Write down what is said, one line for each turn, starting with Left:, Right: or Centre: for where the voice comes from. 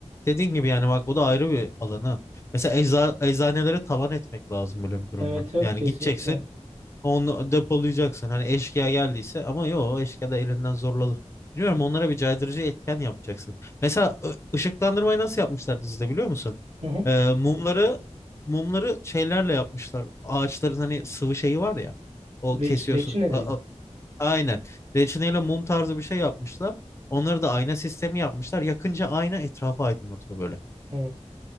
Left: Dediğin gibi yani bak o da ayrı bir alanı. Mesela ecza, eczanelere talan etmek lazım böyle bir durumda.
Right: Evet evet
Left: Yani
Right: kesinlikle.
Left: gideceksin onu depolayacaksın. Hani eşkıya geldiyse ama yok eşkıya da elinden zorlanır. Biliyorum onlara bir caydırıcı etken yapacaksın. Mesela ı- ışıklandırmayı nasıl yapmışlar dizide biliyor musun?
Right: Hı hı.
Left: Ee, mumları mumları şeylerle yapmışlar. Ağaçların hani sıvı şeyi var ya. O
Right: Reç,
Left: kesiyorsun.
Right: reçineleri.
Left: A- a- aynen. Reçineyle mum tarzı bir şey yapmışlar. Onları da ayna sistemi yapmışlar. Yakınca ayna etrafı aydınlatıyor böyle.
Right: Hı.